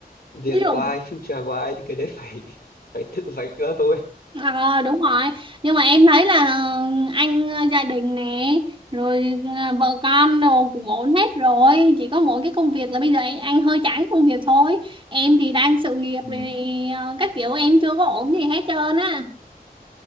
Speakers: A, on the left (about 70°); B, on the right (about 30°).
A: việc
B: ví dụ
A: của ai future của ai thì cái đấy phải <laughs> phải tự vạch ra thôi
B: Ờ đúng rồi nhưng mà em thấy là ờ, anh ờ, gia đình nè rồi ờ, vợ con đồ cũng ổn hết rồi chỉ có mỗi cái công việc là bây giờ anh, anh hơi chán công việc thôi em thì đang sự nghiệp
A: ừ.
B: rồi ờ, các kiểu em chưa có ổn gì hết trơn á